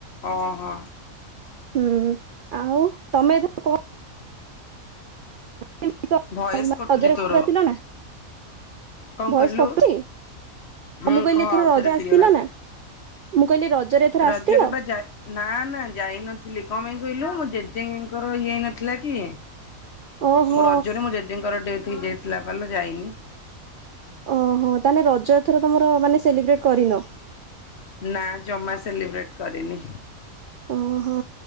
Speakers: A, on the left (about 55°); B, on the right (about 80°).
A: ଓ ହୋ।
B: ହୁଁ ଆଉ ତମେ ଏଥର କଣ <unintelligible>
A: ଭଏସ କଟୁଛି
B: ରଜରେ
A: ତୋର
B: ଆସିଲ ନା?
A: କଣ
B: ଭଏସ
A: କହିଲୁ?
B: କଟୁଚି
A: ହୁଁ
B: ମୁଁ କହିଲି
A: କହ
B: ଏଥର
A: ଆଉଥରେ
B: ରଜ ରେ ଆସିଥିଲ
A: କ୍ଲିୟର ଆସ
B: ନା? ମୁଁ କହିଲି ରଜରେ ଏଥର
A: ରଜରେ
B: ଆସିଥିଲ?
A: ବା ଯାଇ ନା ନା ଯାଇ ନଥିଲି କ ପାଇଁ କହିଲୁ ମୁଁ ଯେ ଜେଜେଙ୍କର ଇଏ ହେ ନଥିଲା କି
B: ଓହୋ
A: ମୋ ରଜରେ ମୋ ଜେଜେଙ୍କର ଡେଥ ଥ ହେଇ ଯାଇଥିଲା ପଲୋ ଯାଇନି।
B: ଓହୋ ତାହାଲେ ରଜ ଏଥର ତମର ମାନେ ସେଲିବ୍ରେଟ କରିନ?
A: ନା ଜମା ସେଲିବ୍ରେଟ କରିନି।
B: ଓହୋ।